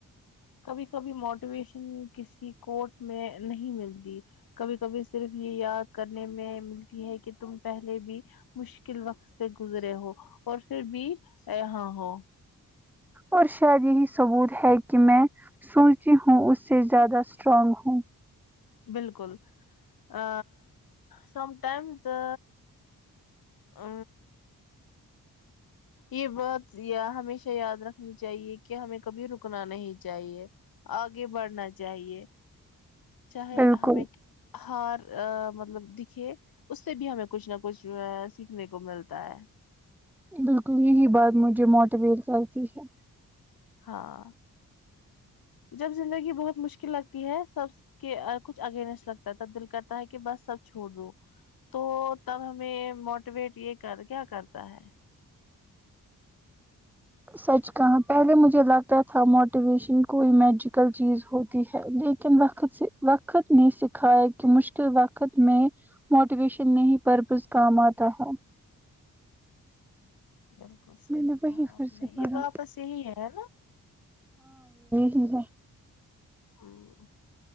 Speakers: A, on the left; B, in the centre.
A: کبھی کبھی موٹیویشن کسی کوٹ میں نہیں ملتی کبھی کبھی صرف یہ یاد کرنے میں ملتی ہے کہ تم پہلے بھی مشکل وقت سے گزرے ہو اور پھر بھی ہاں ہو
B: اور شاید یہی ثبوت ہے کہ میں سنتی ہوں اس سے زیادہ اسٹرانگ ہوں
A: بالکل ا سم ٹائمز تو ا یہ بات ہمیشہ یاد رکھنی چاہیے کہ ہمیں کبھی رکنا نہیں چاہیے آگے بڑھنا چاہیے چاہے
B: بالکل
A: ہمیں ہار ا مطلب دکھے اس سے بھی ہمیں کچھ نہ کچھ سیکھنے کو ملتا ہے
B: بالکل یہی بات مجھے موٹیویٹ کرتی ہے
A: ہاں جب زندگی بہت مشکل لگتی ہے سب کے کچھ اگینسٹ لگتا ہے تب دل کرتا ہے کہ بس سب چھوڑ دووں تو تب ہمیں موٹیویٹ یہ کر کیا کرتا ہے
B: سچ کہاں پہلے مجھے لگتا تھا موٹیویشن کوئی میجیکل چیز ہوتی ہے لیکن وقت نے سکھایا کہ مشکل وقت میں موٹیویشن نہیں پرپز کام آتا ہے
A: بالکل صحیح
B: میں نے
A: کہا
B: وہی
A: آپ
B: پھر سے
A: نے
B: پڑھا
A: یہ واپس یہی ہے ہے نا
B: ان
A: ہ